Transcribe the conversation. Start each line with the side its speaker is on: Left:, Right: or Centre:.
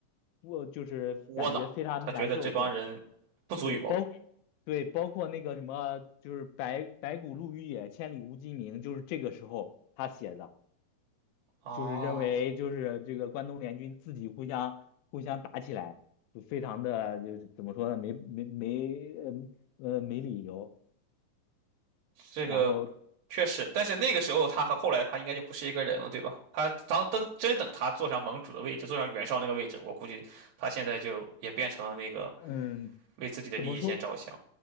Left: 我就是感觉非常难受，
Right: 窝囊，他觉得这帮人不足与谋。
Left: 对对，包对，包括那个什么，就是白白骨露于野，千里无鸡鸣，就是这个时候他写的，
Right: 哦。
Left: 就是认为就是这个关东联军自己互相互相打起来，就非常的就是怎么说呢，没没没呃呃没理由，
Right: 这个
Left: 然后
Right: 确实，但是那个时候他和后来他应该就不是一个人了，对吧？他当等真等他坐上盟主的位置，坐上袁绍那个位置，我估计他现在就也变成了那个
Left: 嗯，
Right: 为自己的利益先着想
Left: 怎么说